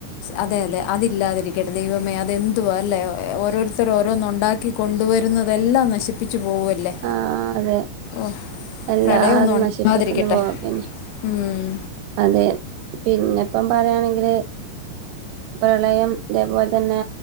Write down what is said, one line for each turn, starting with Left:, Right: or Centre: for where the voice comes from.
Left: അതെ അതെ അതില്ലാതിരിക്കട്ടെ. ദൈവമേ അതെന്തുവാ ല്ലേ ഓരോരുത്തര് ഓരോന്ന് ഒണ്ടാ ക്കി കൊണ്ടുവരുന്നതെല്ലാം നശിപ്പിച്ചു പോവല്ലേ
Right: ആഹ് അതെ
Left: ഓഹ്
Right: എല്ലാതും
Left: പ്രളയൊന്നും ഒണ്ടാതിരിക്കട്ടെ
Right: നശിപ്പിക്കുന്ന പോ പിന്നെ
Left: ഉം
Right: അതെ പിന്നെപ്പം പറയാണെങ്കില് പ്രളയം തേ പോൽ തന്നെ